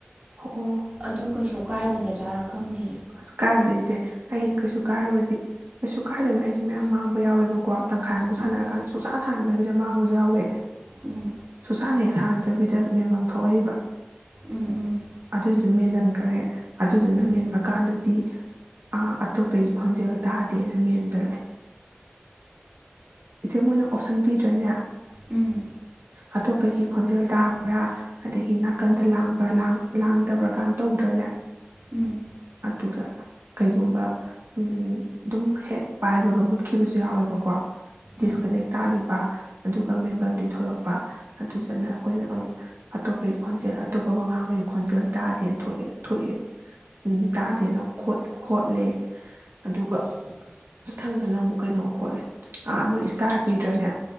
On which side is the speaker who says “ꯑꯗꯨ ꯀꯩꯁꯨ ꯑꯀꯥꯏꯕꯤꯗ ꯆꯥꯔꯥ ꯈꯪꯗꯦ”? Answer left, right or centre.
Right